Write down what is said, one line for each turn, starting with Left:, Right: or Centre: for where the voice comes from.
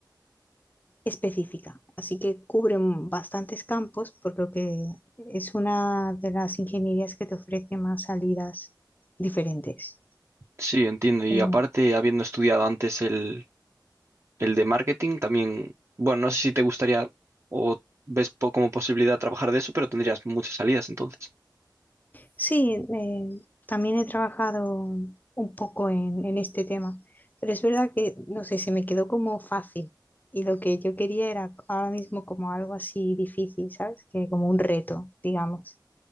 Left: específica, así que cubren bastantes campos, por lo que es una de las ingenierías que te ofrece más salidas diferentes.
Right: Sí, entiendo. Y
Left: Eh,
Right: aparte, habiendo estudiado antes el el de marketing también, bueno, no sé si te gustaría o ves po- como posibilidad trabajar de eso, pero tendrías muchas salidas entonces.
Left: Sí, eh, también he trabajado un poco en, en este tema, pero es verdad que, no sé, se me quedó como fácil y lo que yo quería era ahora mismo como algo así difícil, ¿sabes? Que como un reto, digamos.